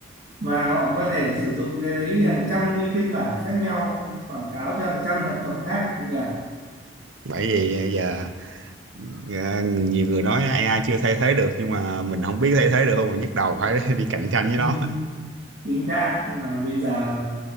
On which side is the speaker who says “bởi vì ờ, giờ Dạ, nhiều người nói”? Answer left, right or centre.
Right